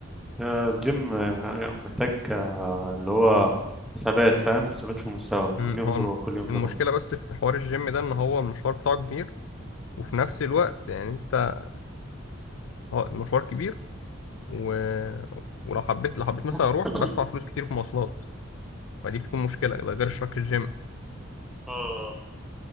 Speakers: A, in the centre; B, on the left.
A: آه، الجيم آه، محتاج آه، اللي هو ثبات فاهم ثبات في المستوى
B: مم،
A: كل يوم
B: هو
A: تروح
B: الم-
A: كل يوم
B: المشكلة
A: تروح
B: بس في حوار الجيم ده إن هو المشوار بتاعه كبير وفي نفس الوقت يعني أنت هو المشوار كبير و... ولو حبيت لو حبيت مثلا
A: <coughs>
B: اروح بدفع فلوس كتير في مواصلات فدي بتكون مشكله ده غير اشتراك الجيم
A: آه.